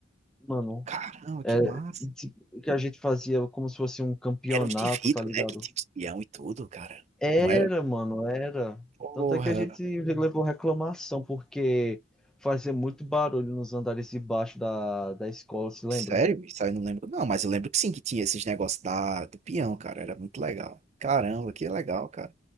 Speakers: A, in the centre; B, on the right (about 35°).
A: Mano,
B: Caramba, que
A: é,
B: massa.
A: ti- que a gente fazia como se fosse um campeonato,
B: Eram uns de vidro,
A: tá ligado?
B: né, que tinha os peão e tudo, cara.
A: Era,
B: Não era?
A: mano, era.
B: Porra.
A: Tanto é que a gente levou reclamação, porque fazia muito barulho nos andares de baixo da, da escola, se lembra?
B: Sério? Isso aí eu não lembro. Não, mas eu lembro que sim, que tinha esses negócios da, do peão, cara. Era muito legal. Caramba, que legal, cara.